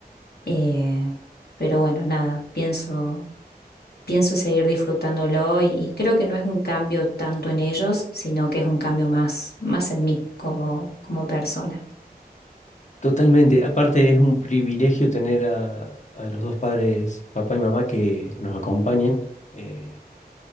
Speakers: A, on the left; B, on the left.
A: eh, pero bueno, nada, pienso pienso seguir disfrutándolo y, y creo que no es un cambio tanto en ellos, sino que es un cambio más, más en mí como, como persona.
B: Totalmente. Aparte es un privilegio tener a, a los dos padres, papá y mamá, que nos acompañen. Eh,